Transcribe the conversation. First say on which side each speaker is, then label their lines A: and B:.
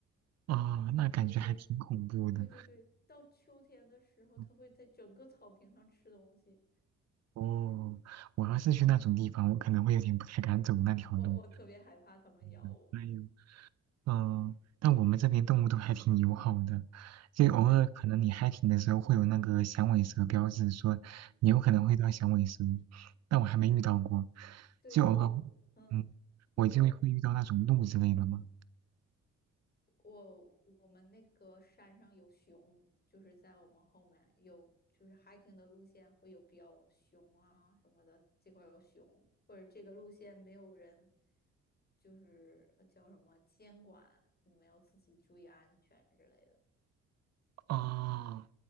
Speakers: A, on the right (about 60°); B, on the left (about 30°).
A: 哦，那感觉还挺恐怖的。
B: 然后就会，对对对，到秋天的时候，
A: 嗯
B: 它会在整个草坪上吃东西。
A: 哦，我要是去那种地方，我可能会有点不太敢走那条路。
B: 我我特别害怕它们咬我。
A: 嗯哎呦嗯、但我们这边动物都还挺友好的，就偶尔可能你 hiking 的时候会有那个响尾蛇标志，说你有可能会遇到响尾蛇，
B: 嗯，
A: 但我还没遇到过，
B: 对我，
A: 就偶尔，
B: 嗯，
A: 嗯，
B: 你说，
A: 我就会遇到那种鹿之类的嘛。
B: 我我们那个山上有熊，就是在我们后面有，就是 hiking 的路线会有标熊啊什么的，这块儿有熊，或者这个路线没有人，就是呃叫什么监管，你们要自己注意安全之类的。
A: 哦，